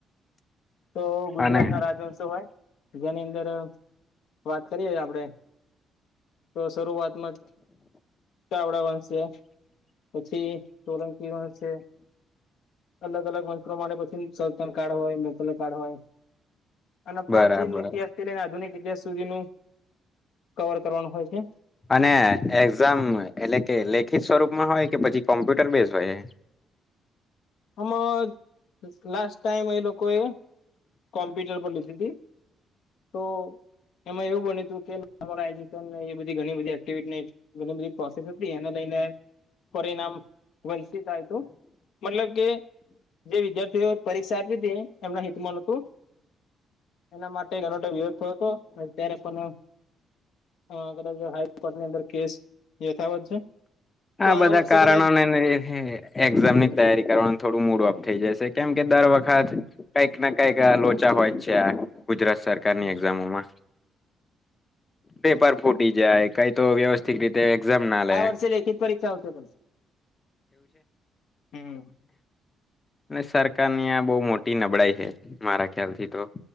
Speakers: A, on the left; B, on the left.
A: તો ગુજરાત
B: અને
A: ના રાજવંશો હોય. જેની અંદર વાત કરીએ આપડે તો શરૂઆતમાં જ <unintelligible> વંશ છે. પછી સોલંકી વંશ છે અલગ અલગ વંશ પ્રમાણે પછી સલ્તન કાર્ડ હોય અલગ અલગ કાર્ડ હોય. અને પ્રાચીન
B: બરાબર
A: ઇતિહાસથી લઈને આધુનિક ઇતિહાસ સુધી નું કવર કરવાનું હોય છે.
B: અને એગ્ઝામ એટલે કે લેખિત સ્વરૂપમાં હોય કે પછી કોમ્પ્યુટર બેઝ હોય.
A: આમાં લાસ્ટ ટાઈમ એ લોકોએ કોમ્પ્યુટર પર લીધી તી તો એમાં એવું બની્યું તું કુ <inaudible> એવી બધી ઘણી બધી એક્ટિવિટી ને ઘણી બધી પ્રોસેસિસ બી એને લઈને ને પરિણામ વંચિત આવ્યું તું મતલબ કે જે વિદ્યાર્થીઓ પરીક્ષા આપી તી એમના હિતમાં નતું એના માટે ઘણો વિરોધ થયો તો અત્યારે પણ આ કદાચ હાઈકોર્ટની અંદર કેસ યથાવત છે. તો
B: આ બધા
A: વર્ષે
B: કારણોને
A: કદાચ
B: <inaudible> એક્ઝામ ની તૈયારી કરવાન થોડું મૂડ ઓપ થઈ જશે કેમ કે દર વખત કઈક ને કઈક આ લોચા
A: હમ
B: હોય જ છે આ ગુજરાત સરકારની
A: હમ
B: એક્ઝામોમાં. પેપર ફૂટી જાય કઈ તો વ્યવસ્થિત રીતે એકઝમ ના લેે
A: આ વર્ષે લેખિત પરીક્ષા આવશે પણ હમ્મ.
B: અને સરકારની આ બહુ મોટી નબળાઈ છે મારા ખ્યાલથી તો.